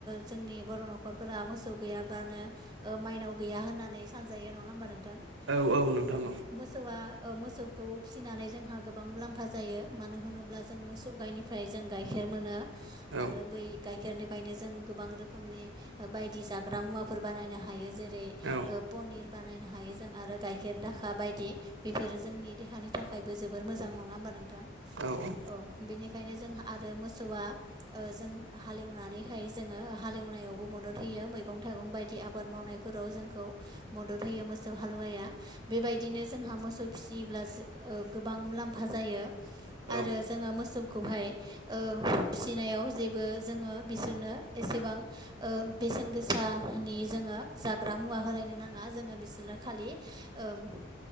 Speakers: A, on the right; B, on the right.
A: जोंनि बर' नख'रफोरा मोसौ गैयाब्लानो माइनाव गैया होननानै सानजायो नङा होनबा नोंथां
B: औ नोंथां
A: औ मोसौआ मोसौखौ फिसिनानै जोंहा गोबां मुलाम्फा जायो मानो होनोब्ला जों मोसौ गायनिफ्राय जों गाइखेर मोनो
B: औ
A: आरो बै गाइखेरनि बेनिफ्रायनो जों गोबां रोखोमनि बायदि जाग्रा मुवाफोर बानायनो हायो जेरै
B: औ
A: पनिर बानायनो हायो जों आरो गाइखेर दाखा बायदि बेफोरो जोंनि देहानि थाखायबो जोबोर मोजां नङा होमबा नोंथां
B: औ औ
A: बेनिखायनो जोंहा आरो मोसौआ जों हालेवनानैहाय जोङो हालेवनायावबो मदद होयो मैगं थाइगं थाइगं बायदि आबाद मावनायफोराव जोंखौ मदद होयो मोसौ हालुवाया बेबायदिनो जोंहा मोसौ फिसियोब्लाो गोबां मुलाम्फा जायो
B: औ
A: आरो जोङो मोसौखौहाय ओ फिसिनायाव जेबो जोङो बिसोरनो एसेबां ओ बेसेन गोसानि जोङो जाग्रा मुवा होलायनो नाङा जोङो बिसोरनो खालि ओ